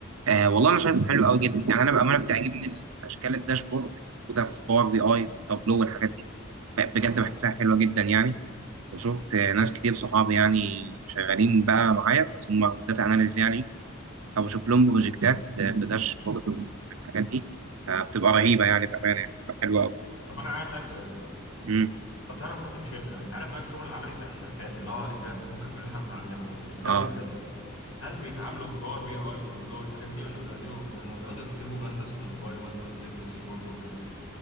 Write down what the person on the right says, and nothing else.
آه والله أنا شايفه حلو قوي جدا يعني أنا بأمانة بتعجبني أشكال الداشبورد وده في باور بي أي وتابلو والحاجات دي ب- بجد
بحسها حلوة جدا يعني وشفت آه، ناس كتير صحابي يعني شغالين بقى معايا بس هم داتا أناليز يعني فبشوف لهم بروجكتات بداشبورد والحاجات دي فبتبقى رهيبه يعني بامانه يعني بتبقى حلوه قوي
امم
اه